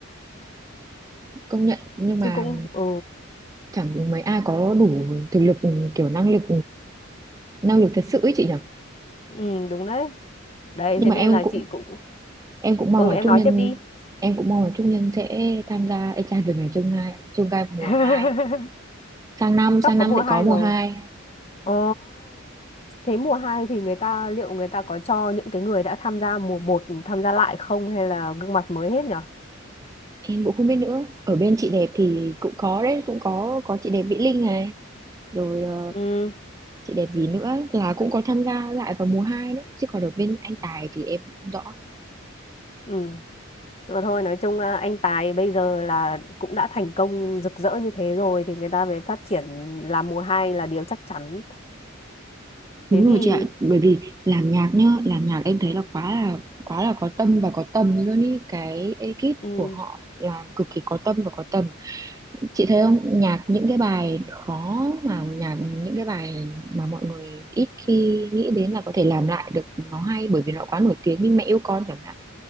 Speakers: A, on the right; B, on the left.
A: công nhận nhưng
B: chứ
A: mà
B: cũng ừ,
A: chẳng mấy ai có đủ thực lực kiểu năng lực năng lực thật sự ấy chị nhỉ
B: ừ đúng đấy đấy
A: nhưng
B: thế
A: mà
B: nên
A: em
B: là
A: cũng
B: chị cũng
A: em cũng mong
B: ừ
A: là
B: em
A: Trúc
B: nói
A: Nhân
B: tiếp đi
A: em cũng mong là Trúc Nhân sẽ tham gia Ê trai về ngày chương hai chương gai mùa
B: <laughs>
A: hai sang năm
B: tóc
A: sang năm
B: có mùa
A: sẽ
B: hai
A: có mùa
B: rồi
A: hai
B: ồ thế mùa hai thì người ta liệu người ta có cho những cái người đã tham gia mùa một tham gia lại không hay là gương mặt mới hết nhở
A: em cũng không biết nữa ở bên chị đẹp thì cũng có đấy cũng có có chị đẹp Mỹ Linh này rồi ờ,
B: ừ
A: chị đẹp gì nữa là cũng có tham gia lại vào mùa 2 đấy chứ còn ở bên anh Tài thì em cũng không rõ
B: ừ rồi thôi nói chung à, anh Tài bây giờ là cũng đã thành công rực rỡ như thế rồi thì người ta về phát triển làm mùa hai là điều chắc chắn
A: đúng
B: Thế
A: rồi
B: thì
A: chị ạ bởi vì làm nhạc nhá làm nhạc em thấy là quá là quá là có tâm và có tầm luôn ý cái ekip
B: ừ,
A: của họ làm cực kỳ có tâm và có tầm Chị thấy không, nhạc những cái bài khó mà nhạc những cái bài mà mọi người ít khi nghĩ đến là có thể làm lại được nó hay bởi vì nó quá nổi tiếng như Mẹ yêu con chẳng hạn.